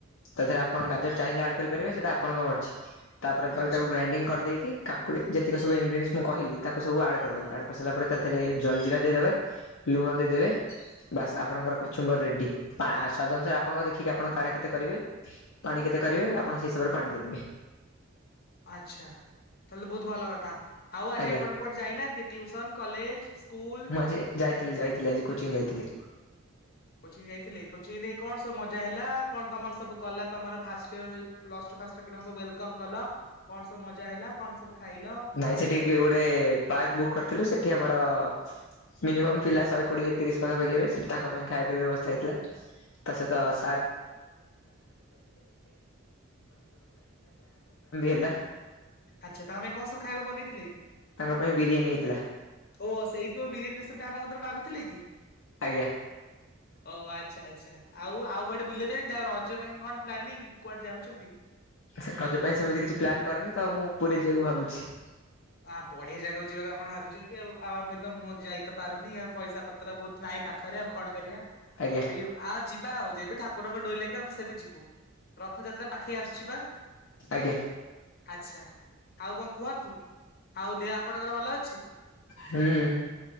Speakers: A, on the left; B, on the left.
A: ତା ଦେହରେ ଆପଣ ଗାଜର ଚାହିଁଲେ ଆଡ କରିପାରିବେ ସେଟା ଆପଣଙ୍କ ମର୍ଜି ତାପରେ ଦହିଟାକୁ
B: ଆଚ୍ଛା
A: ଗ୍ରାଇଣ୍ଡିଙ୍ଗ କରିଦେଇକି କାକୁଡି ଟିକେ ସବୁ ଇନଗ୍ରିଡିଏଣ୍ଟସ ମୁଁ କହିଲି ତାକୁ ସବୁ ଆଡ଼୍ କରିଦେବ ଆଡ଼୍ କରିସାରିଲା ପରେ ତା ଦେହରେ ଜଲ ଜିରା ଦେଇଦେବେ ଲୁଣ ଦେଇଦେବେ ବାସ୍ ଆପଣଙ୍କର କଚୁମ୍ବର ରେଡି ସ୍ଵାଦ ଅନୁସାରେ ଆପଣଙ୍କ ଦେଖିକି ଆପଣଙ୍କ କାଡ଼ା କେତେ କରିବେ ପାଣି କେତେ କରିବେ ଆପଣ ସେଇ ହିସାବରେ ପାଣି ଦେଇଦେବେ
B: ଆଛା ତାହେଲେ ବହୁତ ଭଲ କଥା ଆଉ ଆଜି
A: ଆଜ୍ଞା।
B: ଆପଣ କୁଆଡେ ଯାଇନାହାନ୍ତି। Tuition college school?
A: ମୁଁ ଆ ଯେ ଯାଇଥିଲି ଯାଇଥିଲି ଆଜି କୋଚିଂ ଯାଇଥିଲି।
B: କୋଚିଂ ଯାଇଥିଲେ କୋଚିଂରେ କଣ ସବୁ ମଜା ହେଲା କଣ ତମର ସବୁ ଗଲା ତମର ଫାଷ୍ଟ ଫାଷ୍ଟ ଇୟର ପିଲାଙ୍କୁ ସବୁ ୱେଲକମ୍ କଲ କଣ ସ ମଜା ହେଲା କଣ ସବୁ ଖାଇଲ?
A: ନାଇଁ ସେଠି ଗୋଟେ ପାର୍କ ବୁକ୍ କରିଥିଲୁ ସେଠି ଆମର ମିନିମ ପିଲା ଶହେ କୋଡିଏ ତିରିଶ ମାନ ପକେଇବେ ସେଠି ତାଙ୍କ ପାଇଁ ଖାଇବାବା ବ୍ୟବସ୍ତା ହେଇଥିଲା ତା ସହିତାଇ ହେଲା।
B: ଆଚ୍ଛା ତାଙ୍କେ ଗସ ଖାଇବାକୁ ବନେଇଥିଲି।
A: ତାଙ୍କ ପାଇଁ ବିରିୟାନୀ ହେଇଥିଲା
B: ଓ ସେଇଥିପାଇଁ ବିରିୟାନୀ ରେସିପି ଟା ଆମ କତରେ ମାଗୁଥିଲେ କି?
A: ଆଜ୍ଞା
B: ଓ ଆଛା ଆଛା। ଆଚ୍ଛା ଆଉ ଆଉ କୁଆଡେ ବୁଲିଆକୁ ଜାଇନାନ୍ତି ଆଉ ରଜ ପାଇଁ କଣ ପ୍ଲାନିଂ କୁଆଡେ ଯାଉଛନ୍ତି।
A: ସ ରଜ ପାଇଁ ସେମିତି କିଛି ପ୍ଲାନ୍ କରେନି ତ ମୁଁ ପୁରୀ ଯିବାକୁ ଭାବୁଛି।
B: ଆ ବଢିଆ ଜାଗାକୁ ଯିବାକୁ ଆପଣ ଭାବିଛନ୍ତି। ଆଉ ଆମେ ତ ମୁଁ ଯାଇ ପାରୁନି ଆଉ ପଇସା ପତ୍ର ବହୁତ ନାଇଁ ପା ଖରେ ଆଉ କଣ କରିବା
A: ଆଜ୍ଞା
B: ସେଇ ଆଉ ଯିବା ଆଉ ଯବେ ଠାକୁରଙ୍କ ଡୋରି ଲାଗିବ ଆମେ ସେବେ ଯିବୁ ରଥଯାତ୍ରା ପାଖ ଖେଇ ଆସୁଛି ବା।
A: ଆଜ୍ଞା
B: ଆଚ୍ଛା। ଆଉ କଣ କୁହନ୍ତୁ। ଆଉ ଦେହ ଆପଣଙ୍କର ଭଲ ଅଛି।
A: ହୁଁ